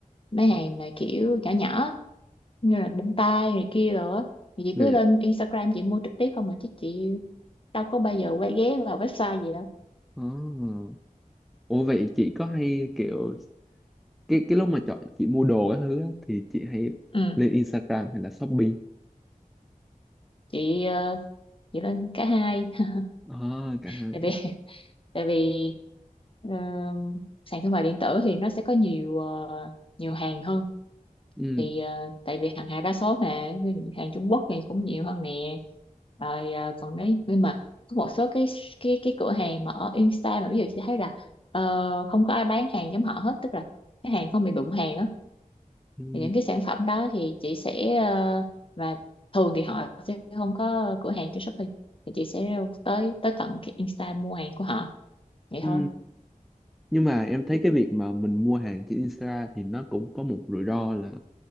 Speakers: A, on the left; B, in the centre.
A: mấy hàng mà kiểu nhỏ nhỏ như là bông tai này kia rồi á, thì chị
B: dạ
A: cứ
B: dạ
A: lên Instagram chị mua trực tiếp không mà chứ chị đâu có bao giờ quay ghé vào website gì đâu
B: à. ủa vậy chị có hay kiểu cái cái lúc mà chọn chị mua đồ các thứ á, thì chị hay
A: ừ
B: lên Instagram hay là Shopee
A: chị ờ, dựa lên cả hai <laughs>
B: à cả hai
A: tại vì tại vì ờ, sàn thương mại điện tử thì nó sẽ có nhiều ờ, nhiều hàng hơn
B: ừ
A: thì ờ, tại vì hàng Hà đa số mà ví dụ hàng Trung Quốc này cũng nhiều hơn nè rồi ờ, còn đấy nhưng mà có một số cái cái cái cửa hàng mà ở Insta mà ví dụ chị thấy là ờ, không có ai bán hàng giống họ hết tức là cái hàng không bị đụng hàng á
B: ừ
A: thì những cái sản phẩm đó thì chị sẽ ờ, và thường thì họ sẽ không có cửa hàng trên Shopee thì chị sẽ tới tới tận cái Insta mua hàng của họ vậy
B: ừ
A: thôi
B: nhưng mà em thấy cái việc mà mình mua hàng trên Insta thì nó cũng có một rủi ro là